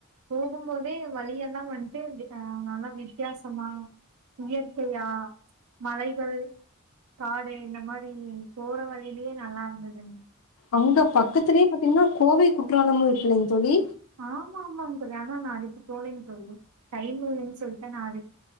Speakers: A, on the right; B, on the left.
A: போகும் போதே வழியெல்லா வந்துட்டு ஹ நல்லா வித்தியாசமா இயற்கையா மலை. கள் காடு இந்த மாரி போற வழியிலயே நல்லா இருந்தது.
B: அங்க பக்கத்துலயே பாத்தீங்கன்னா கோவை குற்றாலமும் இருக்குதூங்க தோழி.
A: ஆமா ஆமாங்க ஆனா நானு அதுக்கு போகலிங்க தோழி. டைம் இல்லைன்னு சொல்லிட்ட நானு.